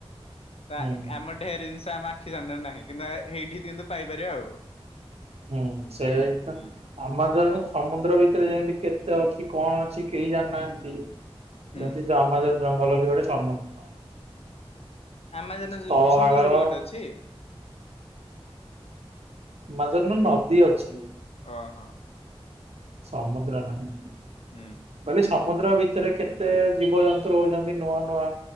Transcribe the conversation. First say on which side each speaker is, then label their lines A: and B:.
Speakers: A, on the left (about 75°); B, on the right (about 85°).
A: ନା
B: ହୁଁ।
A: ଆମ ଢେର ଜିନିଷ ଆମ ଆଖି ସାମ୍ନାରେ ନାହିଁ କିନ୍ତୁ ସେଇଠି କିନ୍ତୁ ପାଇପାରିବା ଆଉ।
B: ହୁଁ ସେଇଟା
A: ହୁଁ।
B: ଆମ ଜ ସମୁଦ୍ର ଭିତରେ ଯେମିତି କେତେ ଅଛି କଣ ଅଛି କେହି ଜାଣିନାହାନ୍ତି ଯେମିତି
A: ହୁଁ।
B: ଆମାଜନ୍ ଜଙ୍ଗଲ ଯ ଗୋଟେ ସମୁଦ୍ର
A: ଆମାଜନ୍
B: ସ୍ଥଳ
A: ସମୁଦ୍ର
B: ଭାଗର
A: ବି ଗୋଟେ ଅଛି?
B: ମାଦରୁନ ନଦୀ ଅଛି।
A: ଅହୋ।
B: ସମୁଦ୍ର ନାହିଁ।
A: ହୁଁ।
B: କହିଲି ସମୁଦ୍ର ଭିତରେ କେତେ ଜୀବଜନ୍ତୁ ରଉଛନ୍ତି ନୂଆ ନୂଆ।